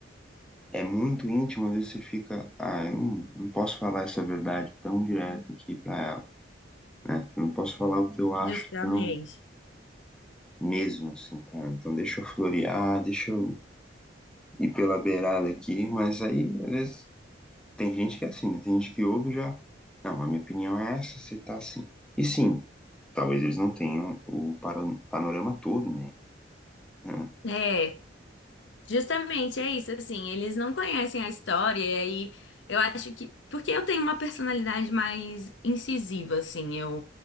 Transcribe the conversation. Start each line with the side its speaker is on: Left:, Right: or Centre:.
Centre: é muito íntimo, às vezes você fica, ah, eu não, não posso falar essa verdade tão direto aqui pra ela, né? Eu não posso falar o que eu acho
Left: Justamente.
Centre: tão mesmo, assim, pra ela. Então deixa eu florear, deixa eu ir pela beirada aqui, mas aí, às vezes, tem gente que é assim, né? Tem gente que ouve e já, não, a minha opinião é essa, você tá assim. E sim, talvez eles não tenham o paro- panorama todo, né? Hum,
Left: É, justamente é isso, assim, eles não conhecem a história, e aí eu acho que. Porque eu tenho uma personalidade mais incisiva, assim,